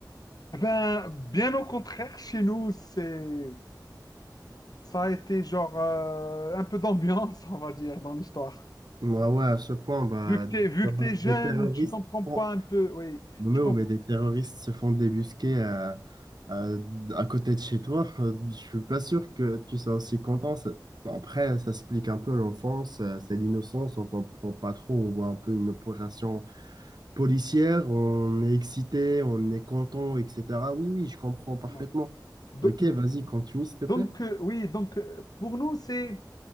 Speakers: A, on the left; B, on the right.
A: Eh Ben, bien au contraire, chez nous, c'est, ça a été genre euh, un peu d'ambiance, <laughs> on va dire, dans l'histoire.
B: Moi, ouais, à ce point, bah,
A: Vu que t'es,
B: des,
A: vu
B: terro-
A: que t'es
B: des
A: jeune,
B: terroristes
A: tu comprends
B: se
A: pas
B: font...
A: un peu, oui,
B: Mais,
A: tu
B: oh,
A: comprends.
B: mais des terroristes se font débusquer à, à, à côté de chez toi. <laughs> Euh, Je suis pas sûr que tu sois aussi content. Ça- bon, Après, ça explique un peu l'enfance, euh, c'est l'innocence, on comprend pas trop. On voit un peu une opération policière, on est excité, on est content, etc. Oui, oui, je comprends parfaitement.
A: voilà. Do-
B: Ok, vas-y, continue, s'il te
A: Donc,
B: plaît.
A: euh, oui, donc euh, pour nous, c'est,